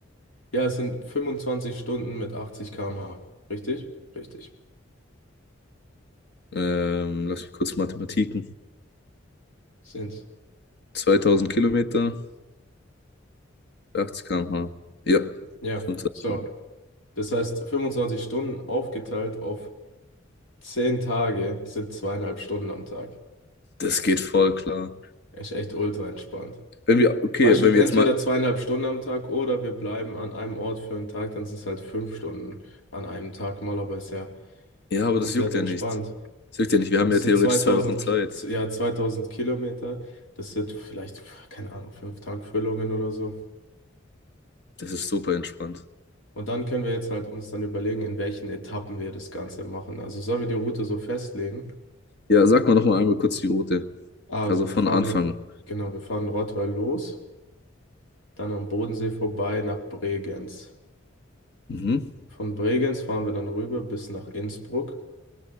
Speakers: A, on the left (about 80°); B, on the left (about 60°).
A: ja, es sind 25 Stunden mit 80 km/h. Richtig? Richtig.
B: Ähm, lass mich kurz Mathematiken.
A: Sind.
B: 2000 Kilometer 80 km/h. Ja,
A: Ja,
B: 25
A: so.
B: Stunden.
A: Das heißt, 25 Stunden aufgeteilt auf 10 Tage sind zweieinhalb Stunden am Tag.
B: Das geht voll klar.
A: Ist echt ultra entspannt.
B: Wenn wir, okay,
A: Weißt du,
B: wenn
A: entweder
B: wir jetzt mal.
A: zweieinhalb Stunden am Tag oder wir bleiben an einem Ort für einen Tag, dann sind es halt fünf Stunden an einem Tag mal, aber ist ja
B: Ja, aber
A: komplett
B: das juckt ja
A: entspannt.
B: nicht. Das juckt ja nicht. Wir
A: Und
B: haben
A: es
B: ja
A: sind
B: theoretisch
A: 2000
B: zwei Wochen Zeit.
A: Ki- z- ja, 2000 Kilometer, das sind vielleicht, keine Ahnung, fünf Tankfüllungen oder so.
B: Das ist super entspannt.
A: Und dann können wir jetzt halt uns dann überlegen, in welchen Etappen wir das Ganze machen. Also sollen wir die Route so festlegen?
B: Ja, sag mal nochmal einmal kurz die Route.
A: Also
B: Also
A: wir
B: von
A: fahren,
B: Anfang.
A: in, genau, wir fahren in Rottweil los, dann am Bodensee vorbei nach Bregenz.
B: Mhm.
A: Von Bregenz fahren wir dann rüber bis nach Innsbruck.